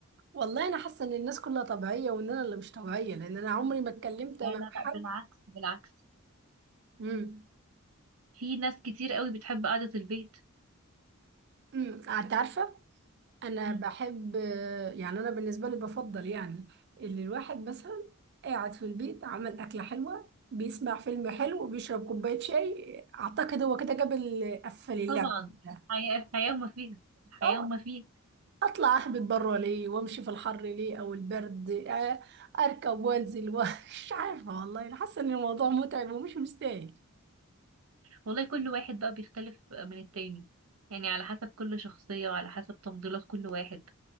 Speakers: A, on the right; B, on the right.
A: والله انا حاسه ان الناس كلها طبيعيه وان انا اللي مش طبيعيه لان انا عمري ما اتكلمت
B: لا
A: مع
B: لا
A: حد
B: لا بالعكس بالعكس
A: امم
B: في ناس كتير قوي بتحب قعده البيت
A: امم انت عارفه انا
B: مم.
A: بحب يعني انا بالنسبه لي بفضل يعني اللي الواحد مثلا قاعد في البيت عمل اكله حلوه بيسمع فيلم حلو وبيشرب كوبايه شاي اعتقد هو كده جاب ال- قفل اللعبه
B: طبعا
A: كلها
B: الحياه الحياه وما فيها الحياه
A: اه
B: وما فيها
A: اطلع اهبط بره ليه وامشي في الحر ليه او البرد آه، اركب وانزل ومش <laughs> عارفه والله أنا حاسه ان الموضوع متعب ومش مستاهل
B: والله كل واحد بقى بيختلف من التاني يعني على حسب كل شخصيه وعلى حسب تفضيلات كل واحد